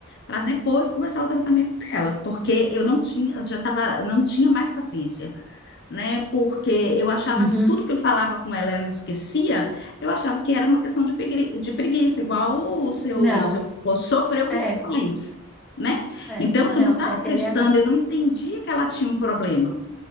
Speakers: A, on the left; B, in the centre.
A: para depois começar o tratamento dela, porque eu não tinha, já tava, não tinha mais paciência né? Porque eu achava
B: Uhum.
A: que tudo que eu falava com ela, ela esquecia, eu achava que era uma questão de pregui- de preguiça, igual o seu,
B: Não,
A: o seu esposo sofreu
B: é,
A: com os pais, né?
B: é,
A: Então eu
B: não,
A: não estava
B: é
A: acreditando,
B: TDAH.
A: eu não entendia que ela tinha um problema.